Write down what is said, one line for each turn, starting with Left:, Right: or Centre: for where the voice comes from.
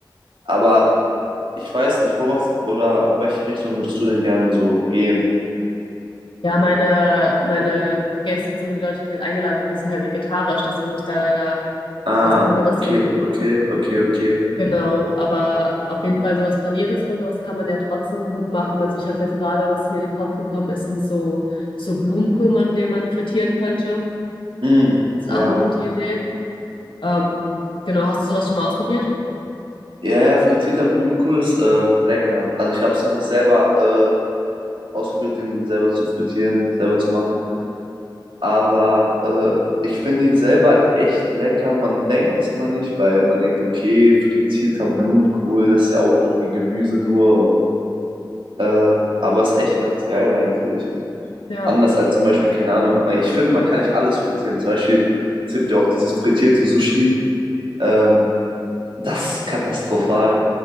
Right: aber ich weiß nicht, worauf oder in welche Richtung würdest du denn gerne so gehen?
Left: Ja, meine, meine Gäste, die Leute, die ich halt eingeladen habe, die sind halt vegetarisch, deswegen muss ich da leider
Right: Ah,
Left: was anderes
Right: okay,
Left: finden.
Right: okay, okay, okay.
Left: Genau, aber auf jeden Fall sowas Paniertes oder sowas kann man ja trotzdem gut machen. Also ich hatte jetzt gerade, was mir in den Kopf gekommen ist, sind so, so Blumenkohl, man, den man frittieren könnte.
Right: Mm,
Left: ist
Right: ja.
Left: auch eine gute Mhm. Idee. Ähm, genau, hast du sowas schon mal ausprobiert?
Right: Ja, ja, frittierter Blumenkohl ist äh, lecker. Also ich habe es noch nicht selber äh, ausprobiert, den selber zu frittieren, selber zu machen. Aber äh, ich finde ihn selber echt lecker. Man denkt es immer nicht, weil man denkt, okay, frittierter Blumenkohl, das ist ja auch irgendwie Gemüse nur. Und, äh, aber ist echt ganz geil eigentlich.
Left: Ja,
Right: Anders als zum Beispiel, keine Ahnung, weil ich finde, man kann nicht alles frittieren. Zum Beispiel, es gibt ja auch dieses frittierte Sushi. Ähm, das ist katastrophal.